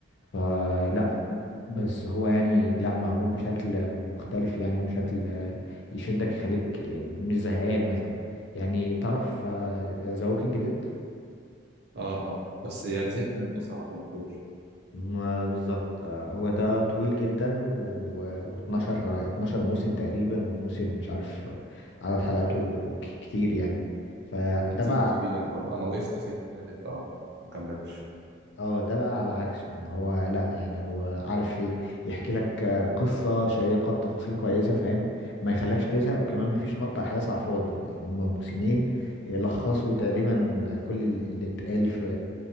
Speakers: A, on the left (about 60°); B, on the right (about 55°).
A: فلا
B: ايوه
A: بس هو يعني لا معمول بشكل مختلف يعني وشكل آه، يشدك يخليك آه، مش زهقان مثلا يعني تعرف آه، ذا ووكينج ديد
B: اه اه بس يعني زهقت منه بصراحة كملتوش
A: ما بالظبط آه، هو ده طويل جدا و... و12 12 موسم تقريبا والموسم مش عارف آه، عدد حلقاته
B: يعني
A: ك... كتير يعني فده
B: كتير
A: بقى
B: كبير برضه انا وقفت في التالت اه ما كملتش
A: اه ده بقى على عكسه ان هو لا يعني هو عارف ي- يحكي لك آه، قصة شيقة بتفاصيل كويسة فاهم ما يخلكش تزهق وكمان ما فيش مط احداث على الفاضي يعني هما موسمين يلخصوا تقريبا كل ال- اللي اتقال في